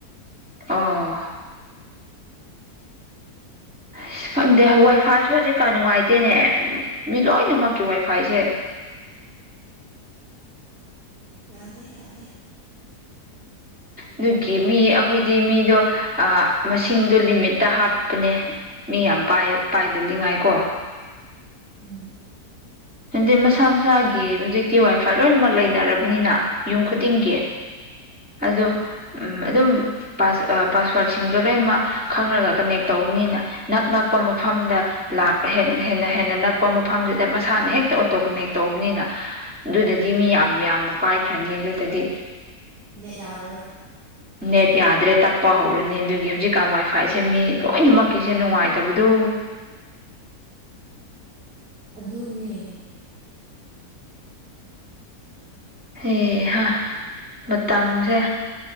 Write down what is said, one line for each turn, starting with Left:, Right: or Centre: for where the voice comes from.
Centre: ꯑꯣ ꯑꯁ ꯈꯪꯗꯦ ꯋꯥꯏ ꯐꯥꯏꯁꯨ ꯍꯧꯖꯤꯛ ꯀ ꯅꯨꯡꯉꯥꯏꯇꯦꯅꯦ ꯃꯤ ꯂꯣꯏꯅꯃꯛꯀꯤ ꯋꯥꯏ ꯐꯥꯏꯁꯦ
Right: ꯌꯥꯗꯦ ꯌꯥꯗꯦ
Centre: ꯑꯗꯨꯒꯤ ꯃꯤ ꯑꯩꯈꯣꯏꯗꯤ ꯃꯤꯗꯣ ꯃꯥꯁꯤꯡꯗꯣ ꯂꯤꯃꯤꯠꯇ ꯍꯥꯞꯄꯅꯦ ꯃꯤ ꯌꯥꯝ ꯄꯥꯏꯗꯅꯤꯡꯉꯥꯏꯀꯣ
Right: ꯎꯝ
Centre: ꯍꯥꯏꯟꯗꯤ ꯃꯁꯥ-ꯃꯁꯥꯒꯤ ꯍꯧꯖꯤꯛꯇꯤ ꯋꯥꯏꯐꯥꯏ ꯂꯣꯏꯅꯃꯛ ꯂꯩꯅꯔꯕꯅꯤꯅ ꯌꯨꯝ ꯈꯨꯗꯤꯡꯒꯤ ꯑꯗꯣ ꯎꯝ ꯑꯗꯨꯝ ꯥꯄꯥꯁ ꯄꯥꯁꯋꯥꯠꯁꯤꯡꯗꯣ ꯂꯣꯏꯅꯃꯛ ꯈꯪꯔꯒ ꯀꯅꯦꯛ ꯇꯧꯕꯅꯤꯅ ꯅꯛ ꯅꯛꯄ ꯃꯐꯝꯗ ꯂꯥꯛꯄ ꯍꯦꯟꯅ ꯍꯦꯟꯅ ꯅꯛꯄ ꯃꯐꯝꯁꯤꯗ ꯃꯁꯥꯅ ꯍꯦꯛꯇ ꯑꯣꯇꯣ ꯀꯅꯦꯛ ꯇꯧꯕꯅꯤꯅ ꯑꯗꯨꯗꯗꯤ ꯃꯤ ꯌꯥꯝ-ꯌꯥꯝꯅ ꯄꯥꯏꯈ꯭ꯔꯅꯤ ꯑꯗꯨꯗꯗꯤ
Right: ꯅꯦꯠ ꯌꯥꯔꯔꯣꯏ
Centre: ꯅꯦꯠ ꯌꯥꯗ꯭ꯔꯦ ꯇꯞꯄ ꯍꯧꯔꯅꯤ ꯑꯗꯨꯒꯤ ꯍꯧꯖꯤꯛꯀꯥꯟ ꯋꯥꯏꯐꯥꯏꯁꯦ ꯃꯤ ꯂꯣꯏꯅꯃꯛ ꯀꯁꯦ ꯅꯨꯡꯉꯥꯏꯇꯕꯗꯨ
Right: ꯑꯗꯨꯅꯦ
Centre: ꯍꯩꯍꯥ ꯃꯇꯝꯁꯦ